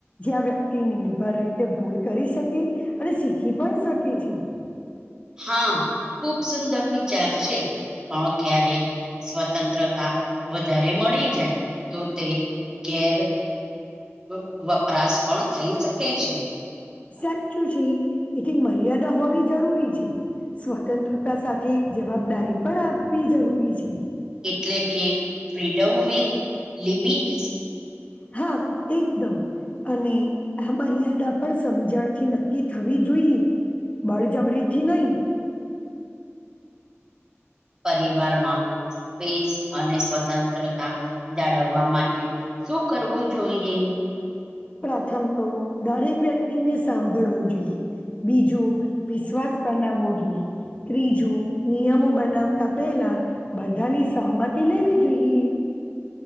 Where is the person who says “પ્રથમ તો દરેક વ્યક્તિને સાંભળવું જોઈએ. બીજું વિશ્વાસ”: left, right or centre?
Left